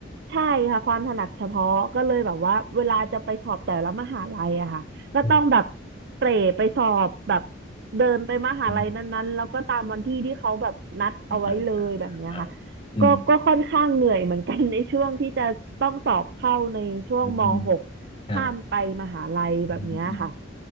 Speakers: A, on the right; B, on the left.
A: ใช่ค่ะความถนัดเฉพาะก็เลยแบบว่าเวลาจะไปสอบแต่ละมหาลัยอะค่ะก็ต้องแบบ
B: อืม
A: เตร่ไปสอบแบบเดินไปมหาลัยนั้นๆแล้วก็ตามวันที่ที่เขาแบบนัดเอาไว้เลยแบบเนี้ยค่ะ
B: อืมอืมอืม
A: ก็ก็ค่อนข้างเหนื่อยเหมือนกัน <laughs> ในช่วงที่จะต้องสอบเข้าในช่วงม
B: อืม
A: .6
B: ครับ
A: ข้ามไปมหาลัยแบบเนี้ยค่ะ
B: อืมอืม